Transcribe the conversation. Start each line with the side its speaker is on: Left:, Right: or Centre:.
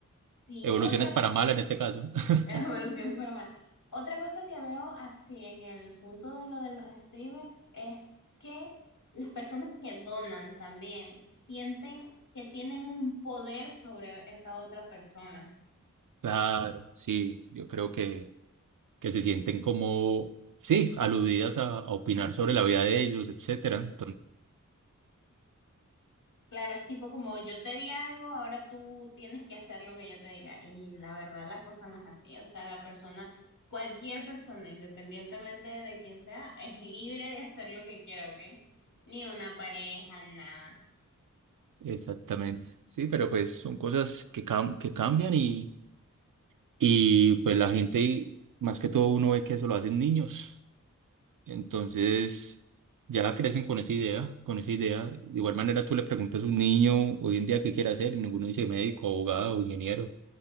Left: sí,
Right: evoluciones
Left: otra
Right: para mal en este caso. <laughs>
Left: <laughs> evolución para más. Otra cosa que veo así en el punto de lo de los streamers es que las personas que donan también sienten que tienen un poder sobre esa otra persona.
Right: Claro, sí, yo creo que, que se sienten como, sí, aludidas a, a opinar sobre la vida de ellos, etcétera.
Left: Claro, es tipo como yo te di algo, ahora tú tienes que hacer lo que yo te diga. Y la verdad, la cosa no es así. O sea, la persona, cualquier persona, independientemente de quién sea, es libre de hacer lo que quiera, ¿ok? Ni una pareja, nada.
Right: Exactamente. Sí, pero pues son cosas que, cam- que cambian y, y pues la gente, más que todo uno ve que eso lo hacen niños. Entonces ya crecen con esa idea, con esa idea. De igual manera tú le preguntas a un niño hoy en día qué quiere hacer y ninguno dice médico, abogado, ingeniero,